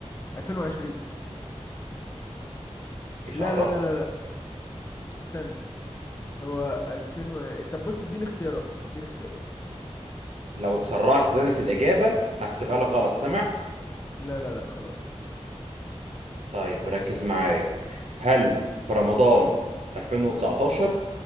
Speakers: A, on the left; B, on the right.
A: 2020
B: ايش
A: لا
B: عرفك
A: لا لا لا لا استنى هو 2000 و... طب بص اديني اختيارات اديني اختيارات
B: لو اتسرعت تاني في الإجابة هحسبها لك غلط سامع؟
A: لا لا لا خلاص
B: طيب ركز معايا هل في رمضان 2019